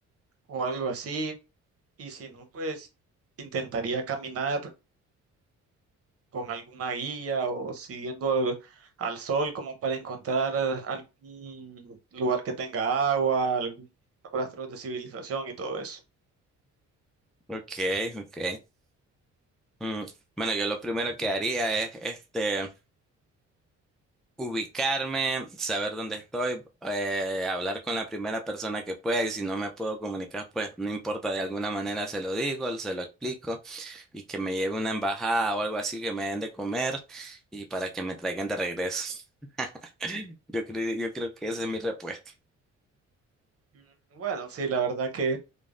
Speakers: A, on the right (about 50°); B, in the centre.
A: o algo así, y si no, pues intentaría caminar con alguna guía o siguiendo al, al sol como para encontrar algún lugar que tenga agua, algún rastro de civilización y todo eso.
B: Ok, ok. Mm, bueno, yo lo primero que haría es este. ubicarme, saber dónde estoy, eh, hablar con la primera persona que pueda y si no me puedo comunicar, pues no importa, de alguna manera se lo digo, se lo explico y que me lleve una embajada o algo así que me den de comer y para que me traigan de regreso. <laughs> Yo creo, yo creo que esa es mi respuesta.
A: Mm, Bueno, sí, la verdad que